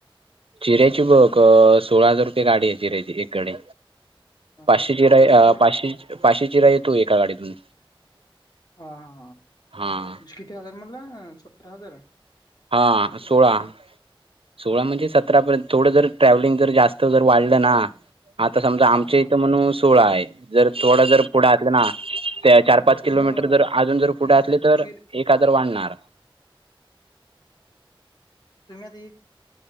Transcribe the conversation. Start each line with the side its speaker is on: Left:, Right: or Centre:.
Right: चिऱ्याची बघ सोळा हजार रुपये गाडी आहे चिऱ्याची एक गाडी
Left: हा
Right: पाचशे
Left: हा
Right: चिरा
Left: एक चिरकी
Right: पाचशे पाचशे चिरा येतो एका गाडीतून
Left: ह हा
Right: हा
Left: किती हजार म्हणला सतरा हजार
Right: हा सोळा सोळा म्हणजे सतरापर्यंत थोडं जर ट्रॅव्हलिंग जर जास्त जर वाढलं ना आता समजा आमच्या
Left: हा हा
Right: इथं म्हणून सोहळा आहे जर थोडा जर पुढं आ ना त्या चार पाच
Left: तसं
Right: किलोमीटर
Left: नव्ह
Right: जर अजून जर
Left: तुम्ही
Right: पुढे
Left: असं
Right: असले तर
Left: चिर
Right: एक हजार वाढणार
Left: तुम्ही आ